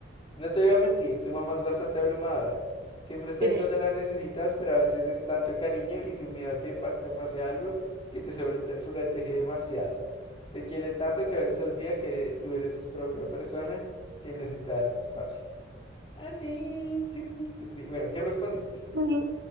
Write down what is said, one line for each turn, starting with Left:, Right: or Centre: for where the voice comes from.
Left: No te voy a mentir, tu mamá es bastante abrumadora. Siempre está
Right: <laughs> Jeje.
Left: ahí cuando la necesitas, pero a veces es tanto cariño y su miedo a que pa- te pase algo que te sobreprotege demasiado. Te quiere tanto que a veces olvida que tú eres propia persona que necesita darte espacio. I mean, could be, could be. Bueno, ¿qué respondiste?
Right: Sí.